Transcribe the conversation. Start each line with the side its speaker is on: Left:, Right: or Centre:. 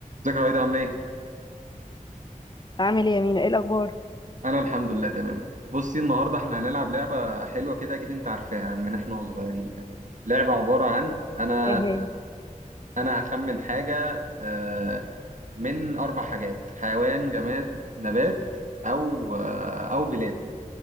Right: ازيك يا عايدة عاملة ايه؟
Left: عامل ايه يا مينا ايه الاخبار
Right: أنا الحمد لله تمام بصي النهاردة احنا هنلعب لعبة حلوة كده أكيد أنت عارفاها من احنا وصغيرين يعني لعبة عبارة عن أنا
Left: اهي
Right: أنا هخمن حاجة آه، من أربع حاجات حيوان جماد نبات أو آه، أو بلاد